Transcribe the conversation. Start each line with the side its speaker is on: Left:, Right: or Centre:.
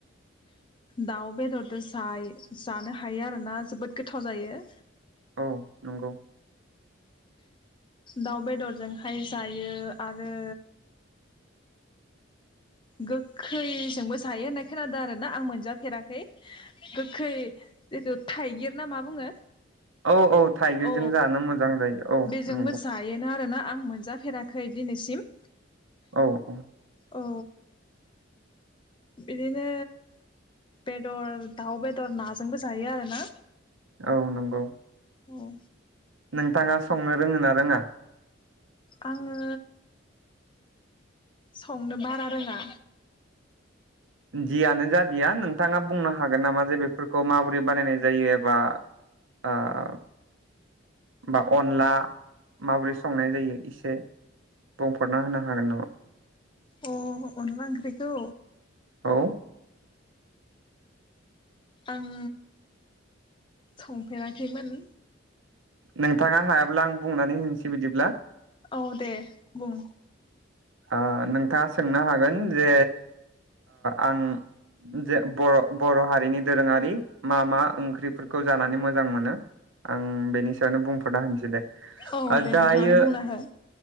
Left: दाउ बेदरदो जाय जानो हायो आरोना जोबोद गोथाव जायो।
Right: औ नंगौ।
Left: दाउ बेदरजोंहाय जायो आरो गोखैजोंबो जायो होननाय खोनादो आरोना आं मोनजाफेराखै गोखै जिथु थाइगिर ना मा बुङो?
Right: औ औ थाइगिरजों
Left: औ
Right: जानो मोजां जायो औ
Left: बेजोंबो
Right: नंगौ।
Left: जायोना आरोना आं मोनजाफेराखै दिनैसिम।
Right: औ औ।
Left: औ। बिदिनो बेदर, दाउ बेदर नाजोंबो जायो आरोना।
Right: औ नंगौ।
Left: औ।
Right: नोंथाङा संनो रोङो ना रोङा?
Left: आङो संनो बारा रोङा।
Right: जियानो जा या नोंथाङा बुंनो हागोन नामा जे बेफोरखौ माबोरै बानायनाय जायो एबा ओ बा अनला माबोरै संनाय जायो इसे बुंफोरना होनो हागोन नामा?
Left: अ अनला ओंख्रिखौ
Right: औ
Left: आं संफेराखैमोन।
Right: नोंथाङा हायाब्ला आं बुंनानै होनोसै बिदिब्ला
Left: औ दे बुं।
Right: ओ नोंथाङा सोंनो हागोन जे आं जे बर' बर' हारिनि दोरोङारि मा मा ओंख्रिफोरखौ जानानै मोजां मोनो आं बेनि सायावनो बुंफरना होनोसै दे
Left: औ दे
Right: दायो
Left: नोंथाङानो बुंना हो